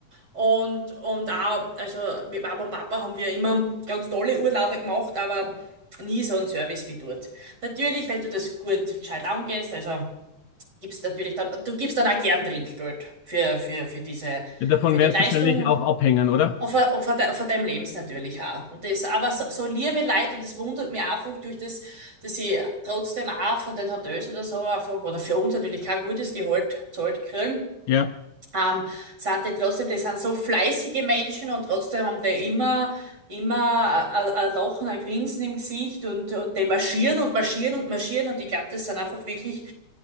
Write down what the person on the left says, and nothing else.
Davon
werden
wahrscheinlich auch abhängen, oder?
Ja.